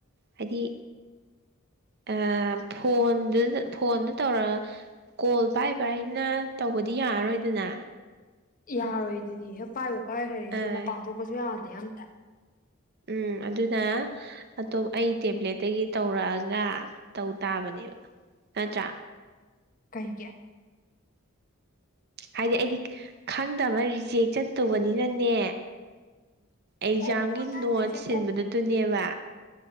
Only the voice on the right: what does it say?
ꯍꯥꯏꯗꯤ ꯑ ꯐꯣꯟꯗꯨ ꯐꯣꯟꯗ ꯇꯧꯔ ꯀꯣꯜ ꯄꯥꯏ ꯄꯥꯏꯅ ꯇꯧꯕꯗꯤ ꯌꯥꯔꯔꯣꯏꯗꯅ
ꯑꯥ
ꯎꯝ ꯑꯗꯨꯅ ꯑꯇꯣꯞ ꯑꯩ ꯇꯦꯕ꯭ꯂꯦꯠꯇꯒꯤ ꯇꯧꯔꯛꯑꯒ ꯇꯧ ꯇꯥꯕꯅꯦꯕ ꯅꯠꯇ꯭ꯔꯥ
ꯍꯥꯏꯗꯤ ꯑꯩꯗꯤ ꯈꯪꯗꯕ ꯔꯤꯖꯦꯛ ꯆꯠꯇꯧꯕꯅꯤꯅꯅꯦ
ꯑꯦꯛꯖꯥꯝꯒꯤ
ꯅꯣꯠ
ꯁꯤꯟꯕꯗ ꯑꯗꯨꯅꯦꯕ